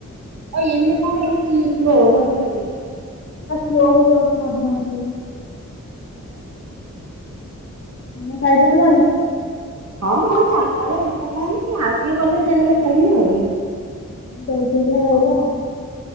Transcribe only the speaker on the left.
ଆ ସ୍ଲୋ ହେଇଯାଉଛି ମଝିରେ ମଝିରେ।
ତମେ ଖାଇସାରିଲଣି?
ଡେଥ୍ ହେଇଗଲା ଭାଇର।